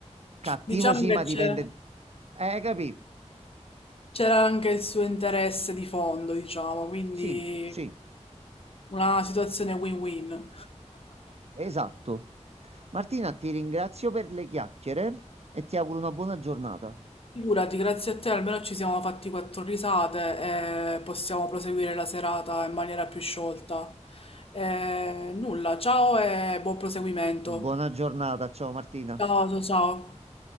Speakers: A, on the right (about 60°); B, on the left (about 50°).
A: cattivo
B: Diciamo
A: sì,
B: che
A: ma
B: c'era
A: dipende... Eh, capì?
B: c'era anche il suo interesse di fondo, diciamo, quindi
A: Sì, sì,
B: una situazione win-win.
A: esatto. Martina, ti ringrazio per le chiacchiere e ti auguro una buona giornata.
B: Figurati, grazie a te almeno ci siamo fatti quattro risate e possiamo proseguire la serata in maniera più sciolta. Eh, nulla, ciao e buon proseguimento.
A: Buona giornata, ciao Martina.
B: Ciao, ciao, ciao.